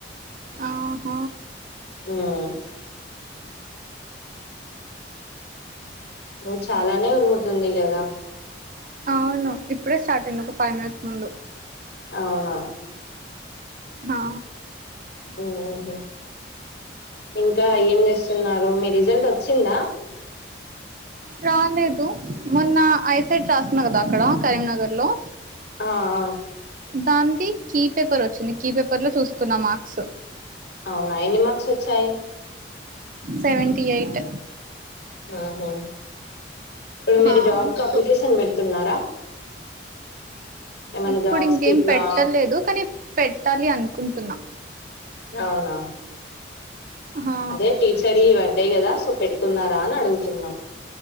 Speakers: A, on the right (about 45°); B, on the left (about 70°).
A: ఆహ
B: ఉం ఓ చాలానే ఉరుముతుంది కదా
A: అవును ఇప్పుడే స్టార్ట్ అయింది ఒక ఫైవ్ మినిట్స్ ముందు
B: అవునా
A: హా
B: ఓహో ఇంకా ఏం చేస్తున్నారు మీ రిజల్ట్ వచ్చిందా
A: రాలేదు మొన్న ఐసెట్ రాస్తున్నా కదా అక్కడ కరీంనగర్ లో
B: ఆ ఆ
A: దానిది కీ పేపర్ వచ్చింది కీ పేపర్ లో చూసుకున్న మార్క్స్
B: అవునా ఎన్ని మార్క్స్ వచ్చాయి
A: సెవెంటీ ఎయిట్
B: ఆహా ఇప్పుడు మీరు
A: హా
B: జాబ్ కు అప్లికేషన్
A: టూ
B: పెడుతున్నారా ఏమైనా
A: ఇప్పుడు
B: జాబ్స్
A: ఇంకేం
B: కి ఇట్లా
A: పెట్టలేదు కానీ పెట్టాలి అనుకుంటున్నా
B: అవునా
A: హా
B: అదే టీచర్ ఈ పడ్డయి కదా సో పెడుతున్నారా అని అడుగుతున్నా